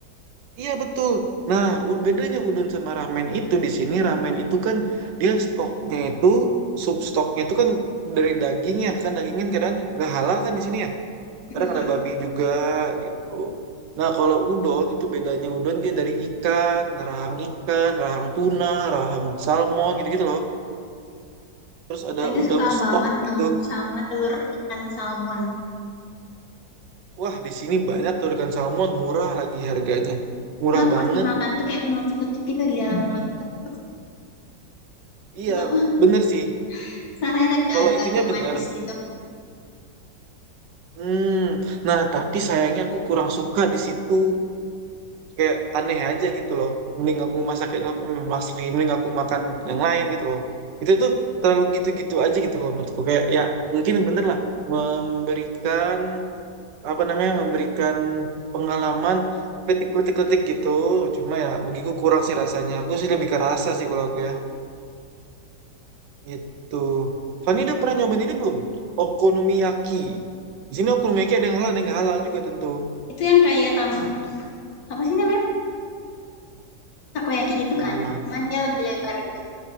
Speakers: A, on the right; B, on the left.
A: Iya betul. Nah, u- bedanya udon sama ramen itu di sini ramen itu kan dia stoknya itu sub stoknya itu kan dari dagingnya kan dagingnya kadang nggak halal kan di sini ya.
B: Mm.
A: Kadang ada babi juga gitu. Nah, kalau udon itu bedanya udon dia dari ikan, rahang ikan, rahang tuna, rahang salmon gitu-gitu loh. Terus
B: Aku
A: ada
B: itu
A: udang
B: suka
A: stok
B: banget nem-
A: gitu.
B: sama telur ikan salmon.
A: Wah, di sini banyak tuh ikan salmon murah lagi harganya. Murah
B: Nah,
A: banget.
B: pas dimakan tuh kayak menutup-nutup gitu di dalam mulut. Tek-tek, Seru
A: Iya,
B: tau.
A: bener sih.
B: <laughs> Rasanya tuh kayak
A: Kalau
B: agak-agag
A: itunya bener.
B: manis gitu.
A: Hmm, nah tapi sayangnya aku kurang suka di situ. Kayak aneh aja gitu loh. Mending aku masak eh, masak mending aku makan yang lain gitu loh. Itu tuh terlalu gitu-gitu aja gitu loh menurutku. Kayak ya mungkin bener lah memberikan apa namanya memberikan pengalaman kritik-kritik-kritik gitu. Cuma ya begitu kurang sih rasanya. Aku sih lebih ke rasa sih kalau aku ya. Itu. Fani udah pernah nyobain ini belum? Okonomiyaki. Di sini okonomiyaki ada yang halal, ada yang nggak halal juga tentu.
B: Itu yang kayak tam apa sih namanya? Takoyaki gitu
A: Yang
B: kan.
A: mana?
B: Cuman dia lebih lebar gitu.